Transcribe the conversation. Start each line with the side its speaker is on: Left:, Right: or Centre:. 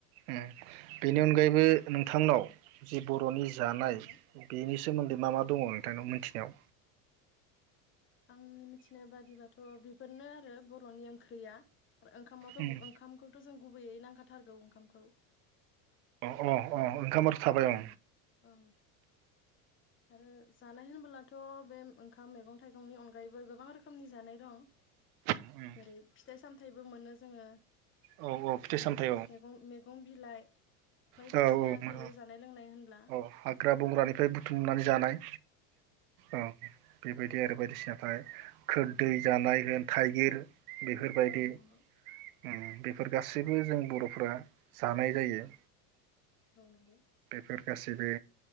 Right: ओम बेनि अनगायैबो नोंथांनाव जिब बर'नि जानाय
Left: औ नोंथां
Right: बे- सोमोन्दै मा मा दङ नोंथांनाव मिथिनायाव
Left: आंनि मिथिनाय बादिबाथ बेफोरनो आरो बर'नि ओंख्रिया ओंखामावथ
Right: उम
Left: ओंखामखौथ जों गुब- गुबैयै नांखाथारगौ ओंखामखौ
Right: अ अ अ
Left: औ
Right: ओंखामाथ थाबाय
Left: औ
Right: अ
Left: आरो जानाय होनबोलाथ' बे ओंखाम मैगं थाइगंनि अनगायैबो गोबां रोखोमनि जानाय दं
Right: उम
Left: जेरै फिथाइ सामथाइबो मोनो जोंङो
Right: औ औ फिथाइ
Left: आरो
Right: सामथाइ औ
Left: मेगं मेगं बिलाइ बायदिसिना
Right: औ मोजां
Left: थायो जानाय लोंनाय- होनब्ला
Right: औ हाग्रा बंग्रानिफ्राय बुथुमनानै-
Left: हाग्रा
Right: जानाय औ बेबायदि आरो बायदिसिनाथाय खोरदै
Left: औ नंगौ
Right: जानाय होन- थाइगिर बेफोरबायदि
Left: औ
Right: उम
Left: नंगौ
Right: बेफोर गासैबो जों बरफ्रा जानाय जायो
Left: औ नंगौ
Right: बेफोर गासैबो